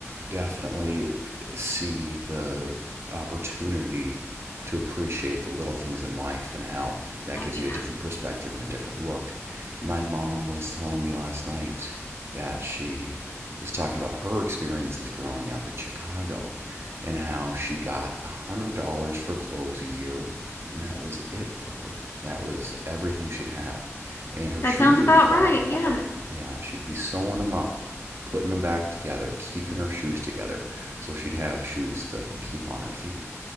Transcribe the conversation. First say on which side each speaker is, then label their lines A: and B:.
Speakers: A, on the right; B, on the left.
A: definitely see the opportunity to appreciate the little things in life and how that
B: Oh
A: gives
B: yeah.
A: you a different perspective and a different look. My mom was telling me last night that she was talking about her experiences growing up in Chicago and how she got $100 for clothes a year, and that was it for her. That was everything she'd have and her
B: That
A: shoes
B: sounds about
A: would be falling
B: right.
A: apart.
B: Yeah.
A: Yeah, she'd be sewing them up, putting them back together, keeping her shoes together so she'd have shoes to keep on her feet.